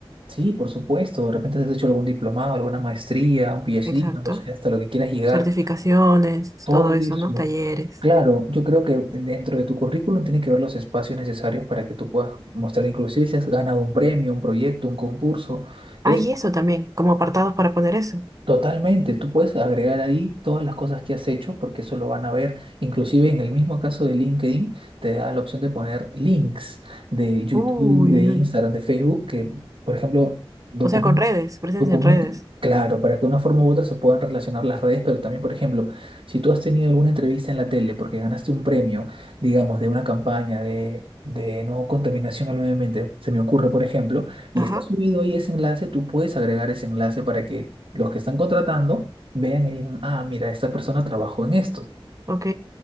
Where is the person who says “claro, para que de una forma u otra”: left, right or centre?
Right